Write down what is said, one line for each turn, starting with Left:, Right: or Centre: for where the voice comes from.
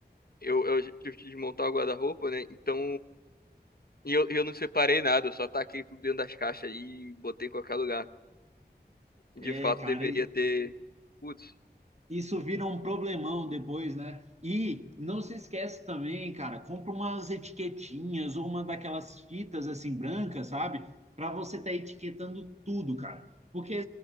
Left: eu, eu tive que desmontar o guarda-roupa, né? Então, e eu, eu não separei nada, eu só taquei tudo dentro das caixas e botei em qualquer lugar.
Right: É,
Left: De fato,
Right: cara,
Left: deveria ter. Putz,
Right: Isso vira um problemão depois, né? E não se esquece também, cara, compra umas etiquetinhas ou uma daquelas fitas assim brancas, sabe? Para você estar etiquetando tudo, cara. Porque